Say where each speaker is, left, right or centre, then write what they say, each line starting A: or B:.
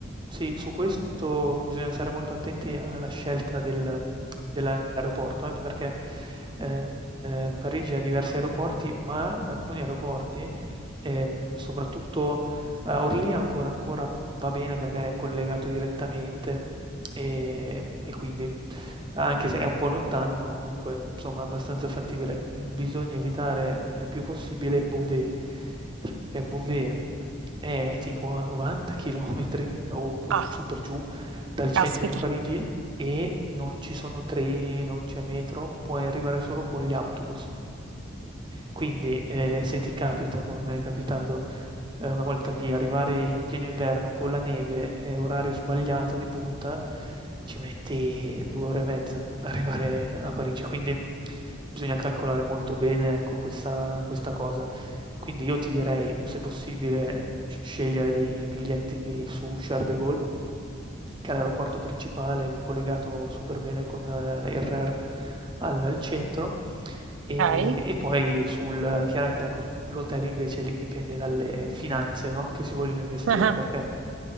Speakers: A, on the right; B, on the right.
A: sì, su questo bisogna stare molto attenti alla scelta del dell'aeroporto, eh, perché, ehm, Parigi ha diversi aeroporti, ma alcuni aeroporti, ehm, soprattutto Ehm, Orly ancora ancora va bene perché è collegato direttamente, ehm, e quindi anche se è un po' lontano, ma comunque insomma è abbastanza fattibile. Mhmm, bisogna evitare il più possibile Beauvais, perché Beauvais è tipo a 90 chilometri o p
B: Ah,
A: su per giù dal centro
B: caspita.
A: di Parigi e non ci sono treni, non c'è metro, puoi arrivare solo con gli autobus. Quindi, ehm, se ti capita, come m'è capitato, ehm, una volta di arrivare in pieno inverno con la neve e orario sbagliato di punta, ci metti 2 ore e mezza ad arrivare a Parigi, quindi bisogna calcolare molto bene, ecco, questa questa cosa. Quindi io ti direi, se possibile, scegliere dei biglietti su Charles de Gaulle, che è l'aeroporto principale collegato super bene con eh, il RER al al centro. Ehm,
B: Ok.
A: e poi sul chiaramente ecco, l'hotel invece lì dipende dalle finanze, no, che si vogliono investire,
B: <laughs>
A: perché